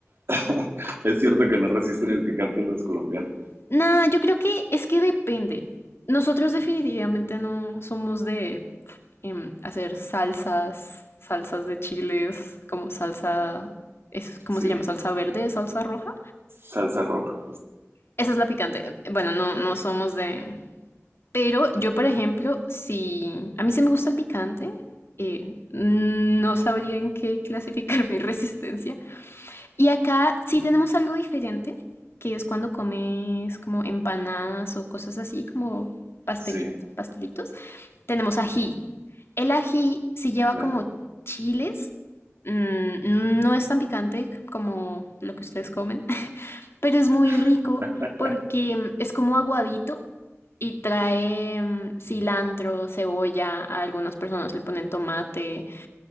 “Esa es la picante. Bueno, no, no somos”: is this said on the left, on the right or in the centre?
Left